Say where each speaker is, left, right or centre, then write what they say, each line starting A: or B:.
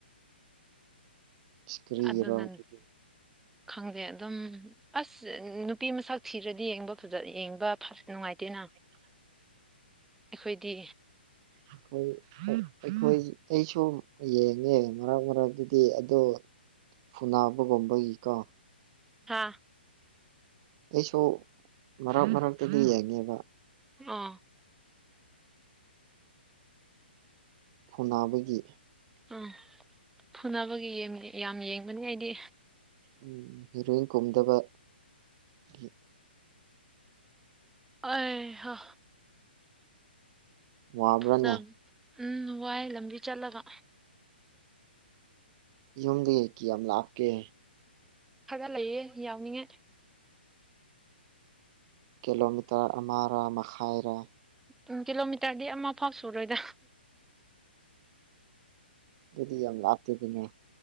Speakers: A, on the right; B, in the centre.
A: ꯏꯁ ꯀꯔꯤꯒꯤꯔꯣ
B: ꯑꯗꯨꯅ
A: ꯑꯗꯨꯗꯤ
B: ꯈꯪꯗꯦ ꯑꯗꯨꯝ ꯑꯁ ꯅꯨꯄꯤ ꯃꯁꯛ ꯊꯤꯔꯗꯤ ꯌꯦꯡꯕ ꯐꯖꯅ ꯌꯦꯡꯕ ꯐ ꯅꯨꯡꯉꯥꯏꯇꯦꯅ
A: <inaudible>
B: ꯑꯈꯣꯏꯗꯤ
A: ꯑꯈꯣꯏ ꯑꯩꯈꯣꯏ ꯑꯩꯁꯨ ꯌꯦꯡꯉꯦ ꯃꯔꯛ ꯃꯔꯛꯇꯛꯇꯗꯤ ꯑꯗꯣ ꯐꯨꯅꯥꯕꯒꯨꯝꯕꯒꯤꯀꯣ
B: ꯍꯥ
A: ꯑꯩꯁꯨ ꯃꯔꯛ ꯃꯔꯛꯇꯗꯤ ꯌꯦꯡꯉꯦꯕ
B: ꯑꯥ
A: ꯐꯨꯅꯕꯒꯤ
B: ꯑꯝ ꯐꯨꯅꯕꯒꯤ ꯌꯦ ꯌꯥꯝ ꯌꯦꯡꯕꯅꯤ ꯑꯩꯗꯤ
A: ꯎꯝ ꯍꯦꯔꯣꯏꯟ ꯀꯨꯝꯗꯕꯒꯤ
B: ꯑꯩ ꯍꯥ
A: ꯋꯥꯕ꯭ꯔꯥꯅꯦ
B: ꯐꯨꯅ ꯎꯝ ꯋꯥꯏ ꯂꯝꯕꯤ ꯆꯠꯂꯒ
A: ꯌꯨꯝꯗꯤ ꯀꯤꯌꯥꯝ ꯂꯞꯀꯦ
B: ꯐꯒꯠꯂꯛꯏꯌꯦ ꯌꯥꯎꯅꯤꯡꯉꯥꯏ
A: ꯀꯤꯂꯣꯃꯤꯇꯔ ꯑꯃꯔ ꯃꯈꯥꯏꯔꯥ
B: ꯎꯝ ꯀꯤꯂꯣꯃꯤꯇꯔꯗꯤ ꯑꯃ ꯐꯥꯎ ꯁꯨꯔꯣꯏꯗ
A: ꯑꯗꯨꯗꯤ ꯌꯥꯝ ꯂꯥꯞꯇꯦꯗꯅ